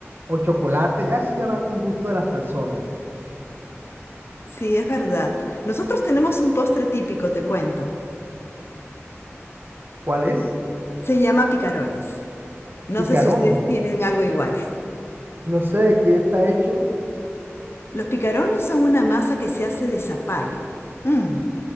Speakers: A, on the right; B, on the left.
A: o chocolate, ya eso ya va con gusto de las personas.
B: Sí, es verdad. Nosotros tenemos un postre típico, te cuento.
A: ¿Cuál es?
B: Se llama picarones. No
A: Picarones.
B: sé si ustedes tienen algo igual.
A: No sé de qué está hecho.
B: Los picarones son una masa que se hace de zapallo, mm,